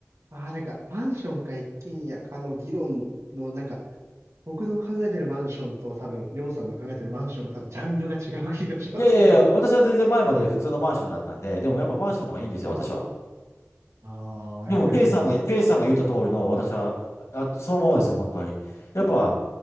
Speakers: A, on the right; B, on the left.
A: ああ、なんか、マンションか一軒家かの議論の、なんか、僕の考えてるマンションと多分、りょうさんの考えてるマンションが多分、ジャンルが違う気がしますね。
B: いやいやいや、私は全然前まで普通のマンションだったんで、でもやっぱマンションの方がいいんですよ、私は。
A: <laughs> ああ、
B: でも、
A: やっぱりそうなんです。
B: K さんが、K さんが言った通りの、私は、あ、そのままですよ、本当に。やっぱ、